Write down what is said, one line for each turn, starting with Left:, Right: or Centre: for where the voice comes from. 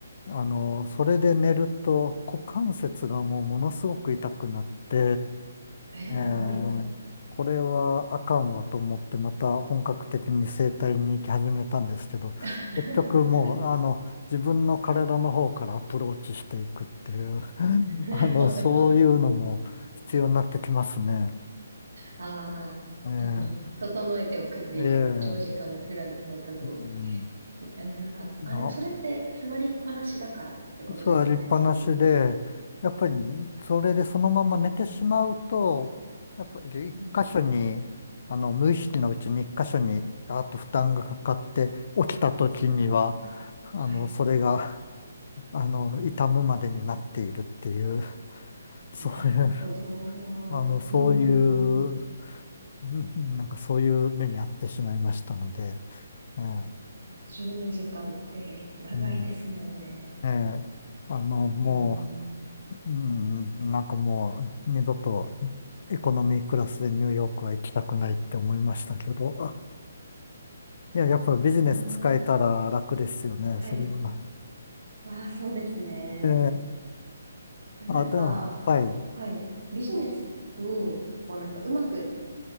Left: う、あのーそれで寝ると股関節がもうものすごく痛くなって、
Right: えー、
Left: えー、
Right: はい。
Left: これはあかんわと思ってまた本格的に整体に行き始めたんですけど、
Right: <laughs>
Left: 結局もうあの自分の体の方からアプローチしていくっていう、<laughs>
Right: なるほど。
Left: あの、そういうのも必要になってきますね。
Right: ああ、
Left: えー
Right: あの、整えておくという長時間のフライトのために。
Left: えーうん、
Right: えーあれ、
Left: いや、
Right: それって座りっぱなしだからってことですか、
Left: 座りっぱなしで、
Right: やっぱり。
Left: やっぱりそれでそのまま寝てしまうと、やっぱり一箇所に、
Right: うん。
Left: あの、無意識のうちに一箇所に、あと負担がかかって、起きた時には、
Right: ああ、
Left: あの、
Right: はい。
Left: それが、あの、痛むまでになっているっていう、そういう、
Right: なるほど。
Left: あの、そういう、
Right: うんうんうん。
Left: うんなんかそういう目に遭ってしまいましたので、ええ
Right: 14時間って長いですもんね。
Left: うんええあの、も
Right: うーん。
Left: う、うん、なんかもう二度とエコノミークラスでニューヨークは行きたくないって思いましたけど。いや、やっぱビジネス使えたら楽ですよね、
Right: ああ、はい。
Left: それは。
Right: わあ、そうですね。
Left: ええ
Right: なんか、
Left: あ、でも、はい。
Right: はい。ビジネスに、こうなんかうまく